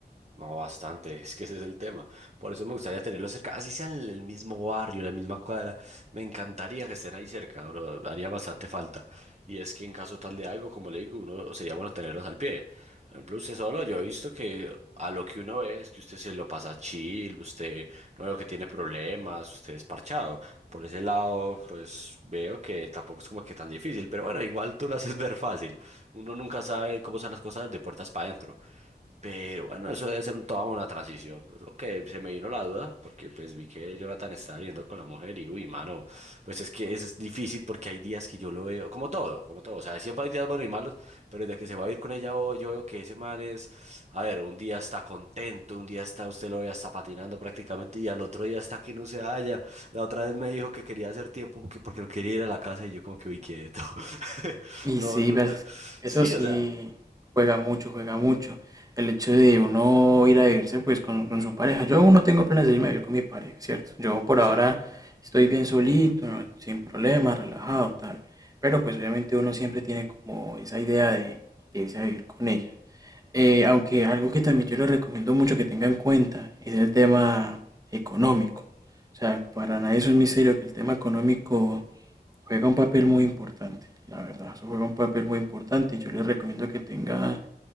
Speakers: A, on the right (about 40°); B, on the right (about 20°).
A: No, bastante, es que ese es el tema. Por eso me gustaría tenerlos cerca, así sean el el mismo barrio, la misma cuadra. Me encantaría que estén ahí cerca, bro, haría bastante falta. Y es que en caso tal de algo, como le digo, uno sería bueno tenerlos al pie. Por ejemplo, usted solo, yo he visto que a lo que uno ve es que usted se lo pasa chill, usted no veo que tiene problemas, usted es parchado. Por ese lado, pues veo que tampoco es como que tan difícil, pero bueno, igual tú lo haces ver fácil. Uno nunca sabe cómo son las cosas de puertas para adentro. Pero bueno, eso debe ser un- toda una transición. Pues lo que se me vino la duda, porque pues vi que Jonathan estaba viendo con la mujer y uy, mano, pues es que es difícil porque hay días que yo lo veo, como todo, como todo. O sea, siempre hay días buenos y malos, pero desde que se va a ir con ella hoy, yo veo que ese man es, a ver, un día está contento, un día está, usted lo ve hasta patinando prácticamente y al otro día está que no se halla. La otra vez me dijo que quería hacer tiempo porque, porque no quería ir a la casa y yo como que uy, quieto. <laughs>
B: Y
A: No,
B: sí,
A: no.
B: pero es- eso
A: Sí,
B: sí
A: o sea.
B: juega mucho, juega mucho. El hecho de uno ir a vivirse pues con, con su pareja. Yo aún no tengo planes de irme a vivir con mi pareja, ¿cierto? Yo por
A: Sí.
B: ahora estoy bien solito, no- sin problemas, relajado, tal. Pero pues obviamente uno siempre tiene como esa idea de, de irse a vivir con ella. Eh, aunque algo que también yo les recomiendo mucho que tengan en cuenta es el tema económico. O sea, para nadie es un misterio que el tema económico Juega un papel muy importante, la verdad. Eso juega un papel muy importante y yo les recomiendo que tenga